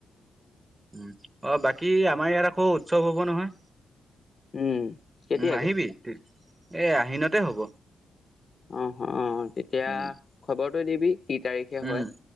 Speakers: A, on the right; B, on the left.
A: উম। অ বাকী আমাৰ ইয়াত আকৌ উৎসৱ হ'ব নহয়।
B: উম। কেতিয়াকে
A: উম আহিবি। এ আহিনতে হ'ব।
B: অ অ তেতিয়া
A: উম
B: খবৰটো দিবি। কি তাৰিখে হয়
A: উম